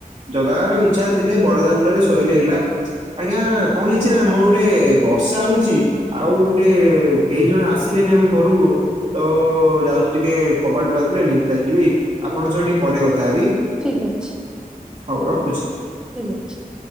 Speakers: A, on the right; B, in the centre.
A: ଜଗାାର ଇଚ୍ଛା ଥିଲେ ବଡ ଦାଣ୍ଡରେ ଶୋଇଲେ ହେଲା। ଆଜ୍ଞା କଣ ହେଇଛି ନା ମୋ ଗୋଟେ ବର୍ଷା ହଉଛି। ଆଉ ଗୋଟେ କେଇ ଜଣ ଆସିଲେନି ଆମ ଘରକୁ। ତ ଯାଉଛି ଟିକେ କବାଟ ବାଜିଲେନି ଯିବି ଆପଣଙ୍କ ସହ ଟିକେ ପରେ କଥା ହେବି।
B: ଠିକ ଅଛି।
A: ହଉ ରଖୁଛି।
B: ଠିକ୍ ଅଛି।